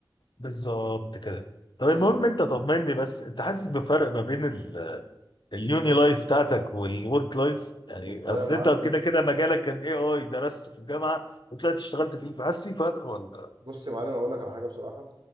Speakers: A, on the left (about 65°); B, on the right (about 65°).
A: بالظبط كده طب
B: احنا
A: المهم
B: لا
A: انت طمني بس انت حاسس بفرق ما بين اليوني لايف بتاعتك والورك لايف يعني
B: والله
A: اصل
B: يا معلم
A: انت كده كده مجالك كان اي اي درسته في الجامعه وطلعت اشتغلت فيه فحاسس في فرق ولا
B: بص يا معلم اقول لك على حاجه بصراحه